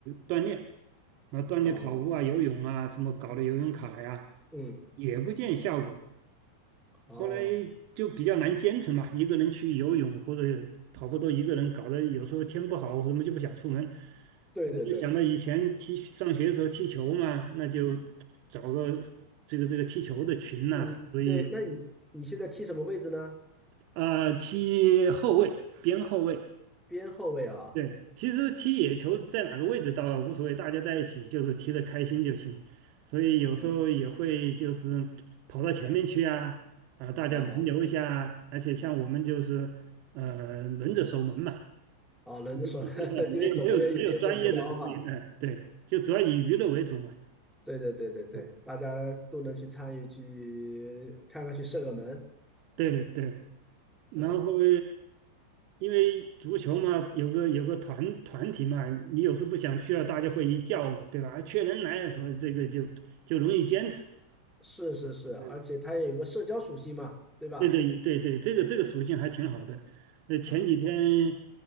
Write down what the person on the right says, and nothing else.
锻炼，那锻炼跑步啊、
游泳啊，什么搞了游泳卡呀，
也不见效果。
后来就比较难坚持嘛，一个人去游泳或者跑步都一个人，搞得有时候天不好，我什么就不想出门。
嗯，就想到以前踢上学的时候踢球嘛，那就找个这个这个踢球的群呐、
所以
呃踢后卫，边后卫，
对，其实踢野球在哪个位置倒无所谓，大家在一起就是踢得开心就行。所以有时候也会就是跑到前面去啊，
啊，大家轮流一下啊而且像我们就是呃轮着守门嘛，
呃没有没有没有专业的守门员，
呃对，就主要以娱乐为主嘛。
嗯，
对对，然后
因为足球嘛，有个有个团团体嘛，你有时不想去了，大家会一叫嘛，对吧？啊缺人来的时候，这个就就容易坚持。
嗯，
对对对对，这个这个属性还挺好的。呃，前几天